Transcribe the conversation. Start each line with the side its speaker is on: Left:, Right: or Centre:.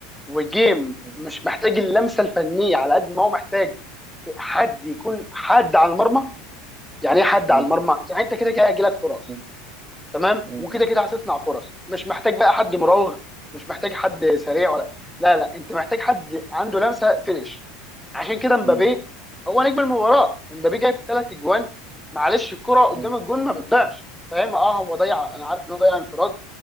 Centre: وجيم
Right: مم.
Centre: مش محتاج اللمسه الفنيه على قد ما هو محتاج حد يكون حد على المرمى يعني ايه حد
Right: مم.
Centre: على المرمى يعني انت كده كده هيجيلك فرص
Right: مم.
Centre: تمام
Right: مم.
Centre: وكده كده هتصنع فرص مش محتاج بقى حد مراوغ مش محتاج حد سريع
Right: مم.
Centre: ولا لا لا انت محتاج حد عنده لمسه فينش عشان كده مبابي
Right: مم.
Centre: هو نجم المباراه مبابي جايب ثلاث اجوان معلش الكره قدام
Right: مم.
Centre: الجون ما بتضيعش فاهم اه هو ضيع
Right: تمام
Centre: انا عارف ان هو ضيع انفراد
Right: مم.